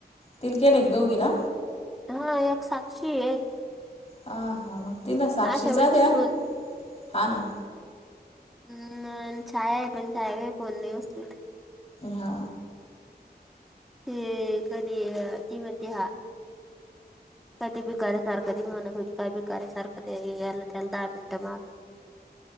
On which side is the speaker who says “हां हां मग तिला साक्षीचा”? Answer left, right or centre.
Left